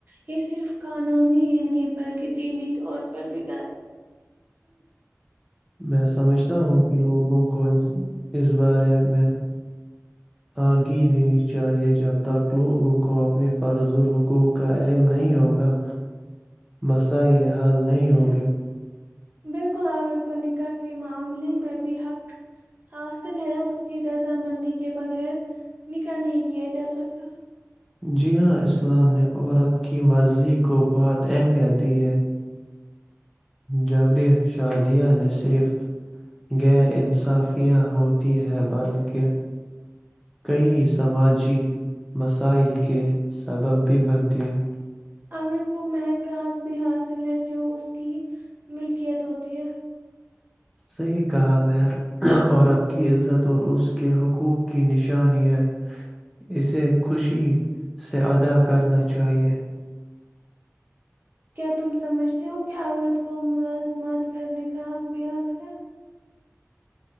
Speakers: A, on the right; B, in the centre.
A: یہ صرف قانونی ہی نہیں بلکہ دینی طور پر بھی
B: میں سمجھتا ہوں کہ لوگوں کو اس اس بارے میں آگی دینی چاہیے جب تک لوگوں کو اپنے فرض اور حقوق کا علم نہیں ہوگا مسائل حل نہیں ہوگے
A: بالکل عورت کو نکاح کے معاملے میں بھی حق حاصل ہے اس کی دضہامندی کے بغیر نکاح نہیں کیا جاسکتا
B: جی ہاں اسلام نے عورت کی مرضی کو بہت اہمیت دی ہے جبری شادیہ نے صرف غیرانصافی پیاں ہوتی ہے بلک کہ کئی سماجی مسائل کے سبب بھی بنتی ہیں
A: امرت کو مہر کا حق بھی حاصل ہے جو اس کی ملکیت ہوتی ہے
B: صحیح کہا مہر عورت کی عزت اور اس کے حقوق کی نشانی ہے اسے خوشی سے ادا کرنا چاہیے
A: کیا تم سمجھتے ہو کہ عورت کو ملازمت کرنے کا حق بھی حاصل ہے